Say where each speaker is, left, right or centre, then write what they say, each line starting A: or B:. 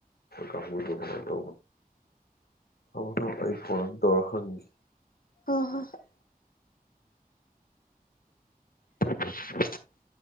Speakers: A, on the left (about 85°); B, on the left (about 65°).
A: ꯀꯕꯨꯗ ꯇ ꯑꯃꯅ ꯑꯩ ꯐꯣꯠ ꯗꯔꯍꯒꯤ
B: ꯍ ꯍꯣ ꯍ ꯑ